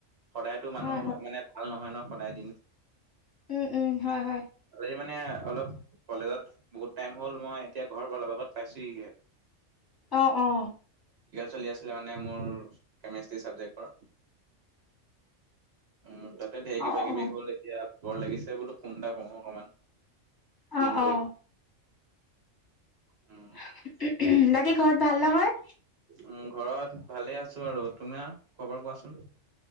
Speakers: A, on the right; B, on the left.
A: সদায়তো মানুহৰ
B: হয়, হয়।
A: মানে ভাল নহয় ন সদায় দিন
B: উম, উম, হয়, হয়।
A: কালি মানে অলপ কলেজত বহুত টাইম হ'ল মই এতিয়া ঘৰত অলপ আগত পাইছোঁ হি
B: অ', অ'।
A: চলি আছিল মানে মোৰ কেমেষ্ট্ৰি চাবজেক্টৰ উম, তাতে ঢেৰ কিবা
B: অ',
A: কিবি
B: অ',
A: হ'ল এতিয়া বৰ লাগিছে বোলো খুন্দা প অকমান
B: অ',
A: কিনো কৰি
B: অ
A: উম <unintelligible>
B: উহম উহম বাকী ঘৰত ভাল নহয়।
A: উ ঘৰত ভালে আছোঁ আৰু তোমাৰ খবৰ কোৱাচোন?